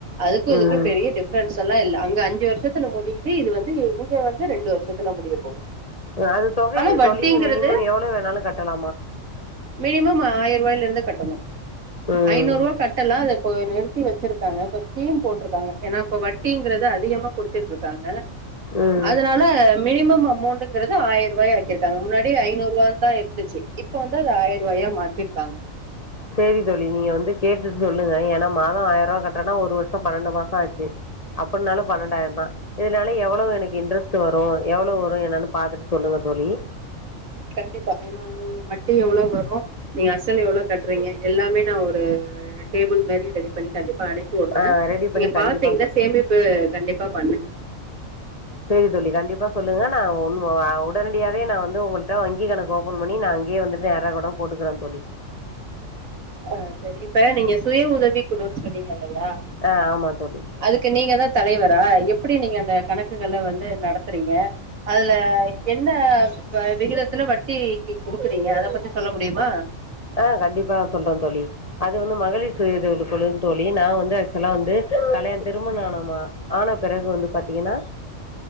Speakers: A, on the right; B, on the left.
A: அதுக்கு இதுக்கு
B: ம்
A: பெரிய டிஃபரன்ஸெல்லா இல்ல அங்க அஞ்சு வருஷம் ல முடியுது இது வந்து இங்க வந்து ரெண்டு வருஷத்துல முடிய போகுது
B: அது தொகை
A: ஆனா வட்டிங்கிறது
B: தோழி மினிமம் எவ்ளோ வேணாலு கட்டலா
A: மினிமம் ஆயிர ரூவாயில இருந்து கட்டணு
B: ம்
A: ஐநூறு ரூவா கட்டலா அத இப்போ நிறுத்தி வச்சுருக்காங்க இப்ப ஸ்கீம் போட்டிருக்காங்க ஏன்னா இப்ப வட்டிங்கிறது அதிகமா குடுத்துட்ருக்காங்க
B: ம்
A: அதனால மினிமம் அமௌண்டுங்குறது ஆயிர ரூவாயா ஆக்கிருக்காங்க முன்னாடி ஐநூறு ரூவானுதா இருந்துச்சு இப்ப வந்து அது ஆயிர ரூவாயா மாத்திருக்காங்க
B: சேரி தோழி நீங்க வந்து கேட்டுட் சொல்லுங்க ஏன்னா மாதோ ஆயிர ரூவா கட்டறன்னா ஒரு வருஷோ பன்னண்டு மாசோ ஆயிடுச்சு அப்புன்னாலு பன்னெண்டாயிரோந்தா இதனால எவ்ளவு எனக்கு இன்ட்ரெஸ்ட் வரு எவ்ளவு வரும் என்னன்னு பாத்துட்டு சொல்லுங்க தோழி
A: கண்டிப்பா ஏன்னா வட்டி எவ்ளவு வரு நீங்க அசல் எவ்ளோ கட்டுறீங்க எல்லாமே நா ஒரு டேபிள் மாரி ரெடி பண்ணி கண்டிப்பா அனுப்பிவுட்றே
B: ஆ ரெடி
A: நீங்க
B: பண்ணி
A: பாத்தீங்கன்னா
B: கண்டிப்பா சொல்றேன்
A: சேமிப்பு கண்டிப்பா பண்ணுங்க
B: சரி தோழி கண்டிப்பா சொல்லுங்க நா உன் ஆ உடனடியாவே நா வந்து உங்கள்ட்ட வங்கி கணக்கு ஓபன் பண்ணி நா அங்கேயே வந்துட்டு நேறா கூட போட்டுக்குறே தோழி
A: ஆ சரி இப்ப நீங்க சுய உதவி குழுனு சொன்னீங்கள ல்லயா
B: ஆ ஆமா தோழி
A: அதுக்கு நீங்கதா தலைவரா எப்டி நீங்க அந்த கணக்குகள வந்து நடத் ரீங்க அதுல என் என்ன வ விகிதத்துல வட்டிக்கி குடுக்குறீங்க அத பத்தி சொல்ல முடியுமா
B: அ கண்டிப்பாப் சொல்ற தோழி அது வந்து மகளிர் சுய உதவி குழுனு தோழி நா வந் த ஆக்ஃசுலா வந்து கலயாண திருமண ஆனோமா ஆன பிறகு வந்து பாத்தீங்கனா